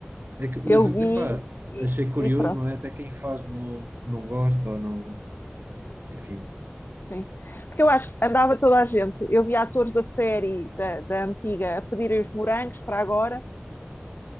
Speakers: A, on the right; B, on the left.
A: É que, mas,
B: Eu
A: epá,
B: vi e,
A: achei curioso,
B: e pronto,
A: não é? Até quem faz não, não gosta ou não. Enfim.
B: sim. Porque eu acho que andava toda a gente. Eu vi atores da série, da, da antiga, a pedirem os morangos para agora.